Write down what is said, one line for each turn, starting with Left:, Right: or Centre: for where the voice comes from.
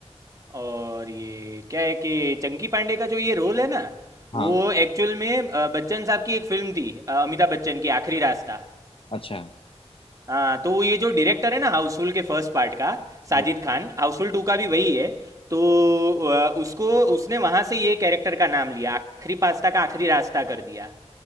Right: और ये क्या है कि चंकी पांडे का जो ये रोल है ना
Left: हाँ
Right: वो एक्चुअल में अ, बच्चन साहब की एक फिल्म थी अ, अमिताभ बच्चन की आखिरी रास्ता
Left: अच्छा
Right: हाँ तो ये जो डायरेक्टर है ना हाउसफुल के फर्स्ट पार्ट का साजिद
Left: जी
Right: खान हाउसफुल टू का भी वही है तो अ, उसको उसने वहां से ये कैरेक्टर का नाम लिया आखिरी पास्ता का आखिरी रास्ता कर दिया